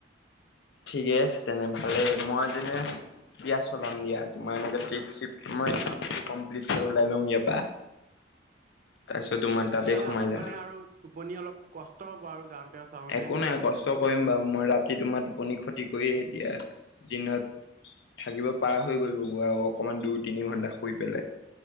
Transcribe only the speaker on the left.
ঠিকে আছে তেনে ভালেই। মই তেনে দিয়া চলাম দিয়া তোমাৰ এনে ট্ৰিপ চিপ মই কামটো কমপ্লিট কৰি ওলাই লওঁ ইয়াৰপা তাৰপিছত তোমাৰ তাতে
সোমাই
যাম।
একো নাই কষ্ট কৰিম বাৰু। মই ৰাতি তোমাৰ টোপনি ক্ষতি কৰিয়ে এতিয়া দিনত থাকিব পাৰ হৈ গলোঁ। ব আৰু অকনমান দুই তিনি ঘণ্টা শুই পেলাই।